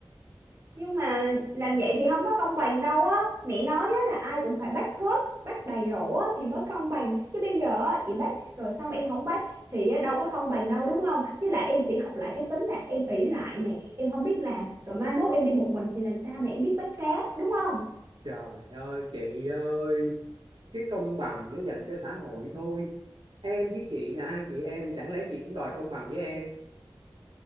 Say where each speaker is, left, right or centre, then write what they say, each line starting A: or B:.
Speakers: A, on the right; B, on the right.
A: nhưng mà làm vậy thì không có công bằng đâu á mẹ nói á là ai cũng phải bắt hết bắt đầy rổ á thì mới công bằng chứ bây giờ á chị bắt rồi xong em không bắt thì á, đâu có công bằng đâu đúng không với lại em sẽ học lại cái tính là em ỷ lại nè em không biết làm rồi mai mốt em đi một mình thì làm sao mà em biết bắt cá đúng không
B: Trời ơi chị ơi, cái công bằng nó dành cho xã hội thôi. Em với chị là hai chị em, chẳng lẽ chị cũng đòi công bằng với em,